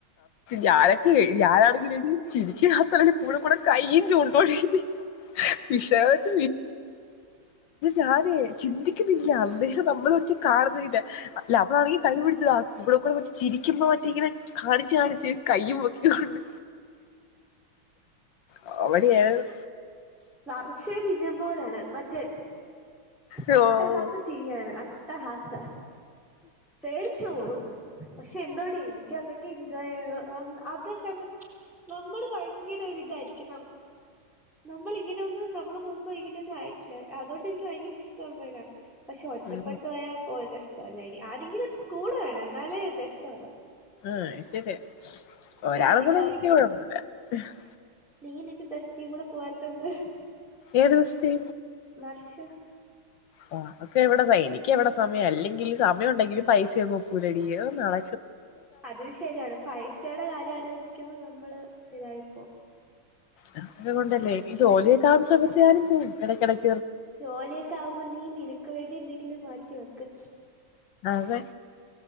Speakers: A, on the left; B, in the centre.
A: ഞാനൊക്കെയെ ഞാനാണെങ്കിലെടി <unintelligible> കൂടെക്കൂടെ കൈയ്യും ചൂണ്ടുമെടി <unintelligible> <unintelligible> എന്നച്ച ഞാനേ ചിന്തിക്കുന്നില്ല അന്നേരം <unintelligible> കാണുന്നുവില്ല <unintelligible> കൈ പിടിച്ച് ആ കൂടെക്കൂടെ മറ്റെ ചിരിക്കുമ്പോ മറ്റേ ഇങ്ങനെ കാണിച്ച് കാണിച്ച് കൈയ്യും പൊക്കിക്കൊണ്ട് കോമഡിയാർന്നു
B: വർഷേ നിന്നെപ്പോലാണ് മറ്റേ
A: ഓഹ്
B: അട്ടഹാസ ചിരിയാണ് അട്ടഹാസ പേടിച്ച് പോവും പക്ഷെ എന്തോടെ എനിക്ക് അത് എൻജോയ് അതേ <unintelligible> നമ്മള് ഭയങ്കരൊരിതാരിക്കും നമ്മള് നമ്മളിങ്ങനൊന്നും നമ്മള് മുമ്പ് ഇങ്ങനൊന്നും ആയിട്ടില്ല അതുകൊണ്ടെനിക്ക് ഭയങ്കര <unintelligible> പക്ഷെ ഒറ്റപ്പെട്ട്
A: ഉം
B: പോയാ <unintelligible> ആരെങ്കിലുവൊക്കെ കൂടെ വേണം എന്നാലെ ഒരു രസവുള്ളു
A: ആഹ് ശരി ഒരാളും
B: നീ ഒറ്റക്ക്
A: കൂടൊണ്ടെങ്കി കുഴപ്പമില്ല <unintelligible>
B: നീയും നിന്റെ ബെസ്റ്റീം കൂടെ പോവാത്തെന്ത്
A: ഏത് ബെസ്റ്റി
B: വർഷ
A: ഓ അവക്ക് എവിടെന്ന എനിക്കെവിടെ സമയം അല്ലെങ്കിലി സമയം ഒണ്ടെങ്കിലും പൈസയൊന്നൊക്കൂല്ലെടി അതൊന്നും നട
B: അത് ശരിയാണ് പൈസടെ കാര്യം ആലോചിക്കുമ്പോ നമ്മ മ്മള് ഇതായിപ്പോ
A: ഞാനതുകൊണ്ടല്ലേ എനിക്ക് ജോലിയൊക്കെ ആവുന്ന സമയത്ത് ഞാനും പോകും ഇടക്കിടക്ക്
B: ജോലിയൊക്കെ ആവുമ്പോ നീ നിനക്ക് വേണ്ടി എന്തെങ്കിലും മാറ്റി വെക്ക്
A: അതെ